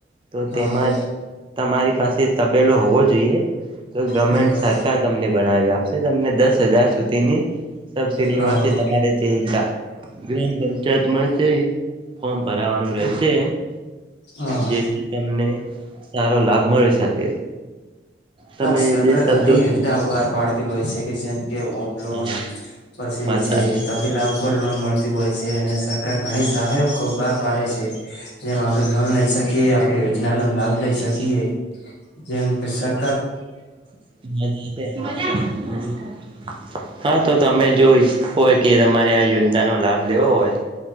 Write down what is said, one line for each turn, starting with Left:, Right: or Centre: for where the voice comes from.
Right: તો
Left: હા
Right: તેમાં
Left: હા
Right: તમારી પાસે તે તબેલો હોવો જો જોઈએ તો ગવર્મેન્ટ
Left: હમ હમ
Right: સરકાર તમને બનાવી આપશે તમને દસ દ હજાર સુધીની સબસીિડી
Left: હા
Right: મળશે
Left: હા
Right: તમારે તે એક ગા ગ્રામ પંચાયતમાં છે ફોર્મ ભરાવાનું રહેેશે
Left: હા હા
Right: જેથી તને સારો લાભ મળી શકે તમે
Left: હા સરકાર
Right: બે શબ્દો
Left: ઘણી યોજનાઓ બહાર પાડતી હોય છે કે જેમ કે હોમ લોન
Right: હા
Left: પછી
Right: વાત
Left: જે
Right: સાચી
Left: તબેલા લોન મળ હોય છે અને સરકાર ઘણી સહાય બહાર પાડે છે જેમ આપણે લોન લઈ શકીએ આપણે યોજના નો લાભ લઈ
Right: સાચી.
Left: શકીએ જેમ કે સર
Right: <inaudible> <inaudible> હા તો તમે જો ઈચ્છ હોય કે તમારે આ યોજના નો લાભ લેવો હોય